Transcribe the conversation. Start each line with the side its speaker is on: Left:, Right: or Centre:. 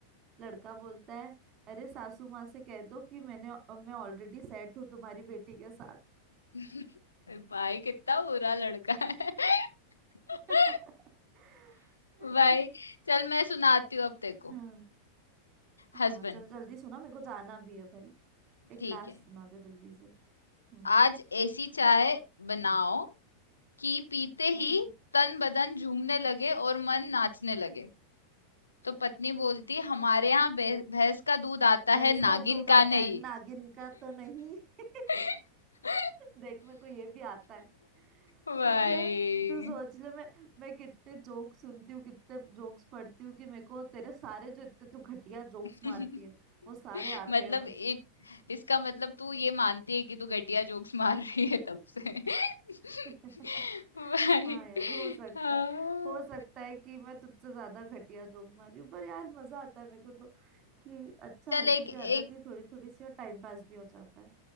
Right: लड़का बोलता है अरे सासू माँ से कह दो कि मैंने मैं ऑलरेडी सेट हूँ तुम्हारी बेटी के साथ
Left: <laughs> भाई कितना बुरा लड़का है <laughs>
Right: <laughs>
Left: भाई चल मैं सुनाती हूँ अब तेरे को
Right: हाँ
Left: हस्बैंड
Right: हाँ चल जल्दी सुना मेरे को जाना भी है भाई एक
Left: ठीक
Right: लास्ट
Left: है
Right: सुना दे जल्दी से हम्म
Left: आज ऐसी चाय बनाओ कि पीते
Right: हम्म
Left: ही
Right: हम्म।
Left: तन बदन झूमने लगे और मन नाचने लगे तो पत्नी बोलती हमारे यहाँ भे- भैंस का दूध आता
Right: भैंस
Left: है नागिन
Right: का दूध आता
Left: का नहीं
Right: है नागिन का तो नहीं <laughs>
Left: <laughs>
Right: देख मेरे को ये भी आता है
Left: भाई
Right: मतलब तू सोच ले मैं मैं कितने जोक सुनती हूँ कितने जोक्स पढ़ती हूँ कि मेरे को तेरे सारे जो इतने तू घटिया जोक्स
Left: <laughs>
Right: मारती है वो सारे आते
Left: मतलब
Right: हैं मेरे
Left: इत,
Right: को
Left: इसका मतलब तू ये मानती है कि तू घटिया जोक्स मार रही है तब से <laughs>
Right: <laughs>
Left: भाई
Right: हाँ यार हो सकता
Left: हाँ।
Right: है हो सकता है कि मैं तुझसे ज्यादा घटिया जोक्स मार रही हूँ पर यार मजा आता है मेरे को तो कि अच्छा
Left: चल
Right: हंसी
Left: एक
Right: भी
Left: एक
Right: आ जाती है थोड़ी थोड़ी सी और टाइम पास भी हो जाता है